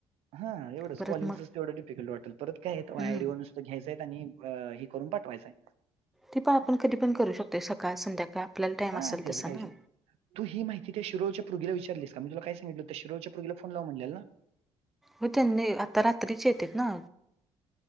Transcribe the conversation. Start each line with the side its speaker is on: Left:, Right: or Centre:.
Right: हा एवढंच,
Centre: परत
Right: कॉलीगचच
Centre: मग
Right: तेवढं डिफिकल्ट वाटल परत काय हाय तवा
Centre: हम्म
Right: आयडिवरनं घ्यायचं हायत आणि हे करून पाठवायचाय.
Centre: ते पण आपण कधी पण करू शकतोय सकाळ संध्याकाळ आपल्याला टाईम
Right: हां,
Centre: असल
Right: त्याचं
Centre: तसं
Right: काहीच
Centre: ना.
Right: नाही. तू ही माहिती त्या शिरोळच्या पुरगीला विचारलीस का, मी तुला काय सांगितलं हुतं, शिरोळच्या पुरगीला फोन लाव म्हणलेलं ना.
Centre: हो त्यांनी, आता रात्रीच येतेत ना.